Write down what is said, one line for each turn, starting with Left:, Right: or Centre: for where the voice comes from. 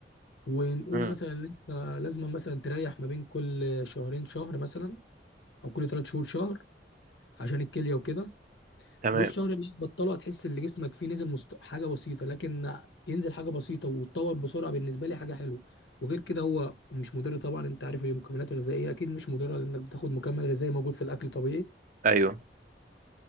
Left: ونقول
Right: امم
Left: مثلا ان انت لازم مثلا تريح ما بين كل شهرين شهر مثلا او كل ثلاث شهور شهر عشان الكليه وكده
Right: تمام
Left: والشهر اللي هتبطله هتحس ان جسمك فيه نزل مست... حاجه بسيطه لكن ينزل حاجه بسيطه وتتطور بسرعه بالنسبه لي حاجه حلوه وغير كده هو مش مضر طبعا انت عارف المكملات الغذائيه اكيد مش مضره لانك بتاخد مكمل غذائي موجود في الاكل طبيعي
Right: ايوه